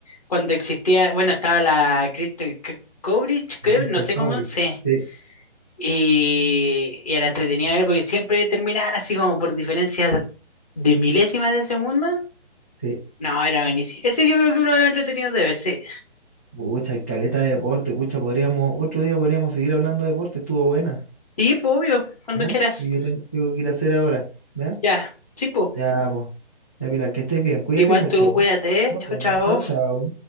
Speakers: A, on the left; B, on the left.
A: cuando existía, bueno, estaba la Crystal Coverage,
B: La Crystal
A: no sé
B: Coverage.
A: cómo, sí.
B: Sí,
A: Y, y era entretenida ver porque siempre terminaban así como por diferencias de milésimas de segundo.
B: sí.
A: No, era buenísimo. Ese yo creo que uno de los entretenidos de ver, sí.
B: Pucha, hay caleta de deporte, pucha, podríamos, otro día podríamos seguir hablando de deporte, estuvo buena.
A: Sí, po, obvio, cuando
B: ¿ya?
A: quieras.
B: Y yo ten- tengo que ir a hacer ahora, ¿ya?
A: Ya, sí, po.
B: Ya, pues, ya Pilar, que estés bien, cuídate
A: Igual
B: mucho.
A: tú cuídate,
B: Nos
A: chao,
B: vemos,
A: chao.
B: chao, chao.